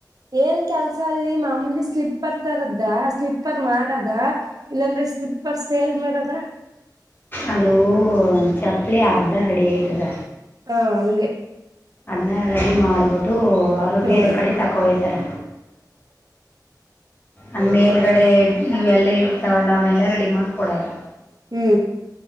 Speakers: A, on the right; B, on the left.
A: ಏನ್ ಕೆಲ್ಸ ಅಲ್ಲಿ ಮಾಮೂಲಿ ಸ್ಲಿಪ್ಪರ್ ತರದ ಸ್ಲಿಪ್ಪರ್ ಮಾಡದ ಇಲ್ಲಾಂದ್ರೆ ಸ್ಲಿಪರ್ ಸೇಲ್ ಮಾರದ
B: ಅದುೂ ಚಪ್ಪಲಿ ಅರ್ಧ ರೆಡಿ ಆಯತದ
A: ಹಾ ಹಂಗ
B: ಅನ್ನೇ ರೆಡಿ ಮಾಡಿಬಿಟ್ಟು ಅವರು
A: ಹ್ಮ್
B: ಬೇರೆ ಕಡೆ ತಗೊ ಹೋಗ್ತಾರೆ ಅಂದ ಮೇಲ್ಗಡೆ ಇವೆಲ್ಲ ಇರ್ತಾವಲ್ಲ ಅವನೆಲ್ಲಾ ರೆಡಿ ಮಾಡ್ಕೊಡದು
A: ಹೂ